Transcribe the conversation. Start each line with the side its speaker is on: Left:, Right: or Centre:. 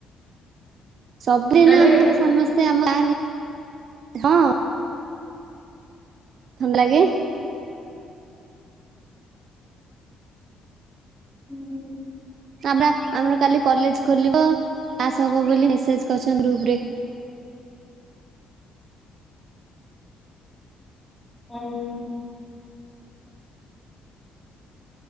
Right: ସବୁଦିନ
Centre: ଥଣ୍ଡା ଲାଗେ
Right: ଆମର
Centre: ନା?
Right: ସମସ୍ତେ ସେ ଆମ <unintelligible> ହଁ ଭଲ ଲାଗେ।
Centre: ହୁଁ।
Right: ଆମ ଆମର କାଲି କଲେଜ ଖୋଲିବ କ୍ଲାସ ହବ ବୋଲି ମେସେଜ କରିଛନ୍ତି ଗ୍ରୁପରେ।
Centre: ଓହୋ।